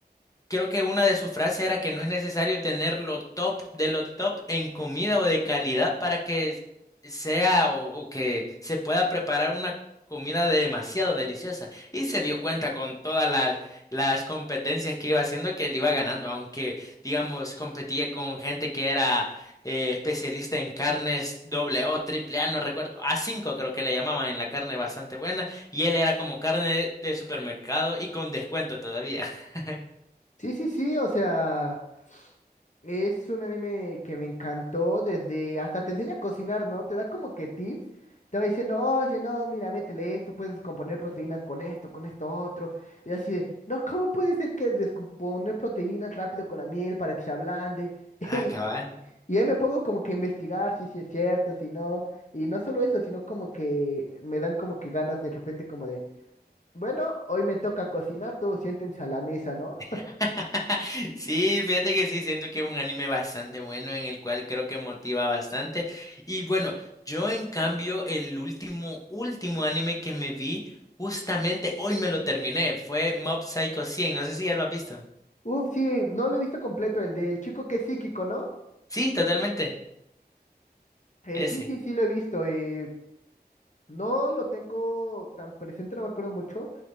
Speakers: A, on the left; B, on the left.
A: Creo que una de sus frases era que no es necesario tener lo top de lo top en comida o de calidad para que sea o, o que se pueda preparar una comida demasiado deliciosa. Y se dio cuenta con todas las, las competencias que iba haciendo que él iba ganando, aunque, digamos, competía con gente que era eh, especialista en carnes doble O, triple A, no recuerdo, a cinco creo que le llamaban en la carne bastante buena, y él era como carne de supermercado y con descuento todavía. <laughs>
B: Sí, sí, sí, o sea... Es un anime que me encantó desde, hasta te enseña a cocinar, ¿no? Te da como que tips. Te va diciendo, oye, no, mira, métele esto, puedes componer proteínas con esto, con esto otro. Y así de, no, ¿cómo puede ser que descomponer proteínas rápido con la miel para que se ablande? <laughs>
A: Ah, cabal.
B: Y, y ahí me pongo como que a investigar si sí es cierto, si no. Y no solo eso, sino como que me dan como que ganas de repente como de, bueno, hoy me toca cocinar, todos siéntense a la mesa, ¿no?
A: <laughs> Sí, fíjate que sí, siento que es un anime bastante bueno en el cual creo que motiva bastante. Y bueno, yo en cambio el último, último anime que me vi, justamente hoy me lo terminé, fue Mob Psycho 100, no sé si ya lo has visto.
B: <laughs> Uf, sí, no lo he visto completo, el del chico que es psíquico, ¿no?
A: Sí, totalmente,
B: Eh,
A: ese.
B: sí, sí, sí lo he visto. eh, no lo tengo tan presente, no me acuerdo mucho,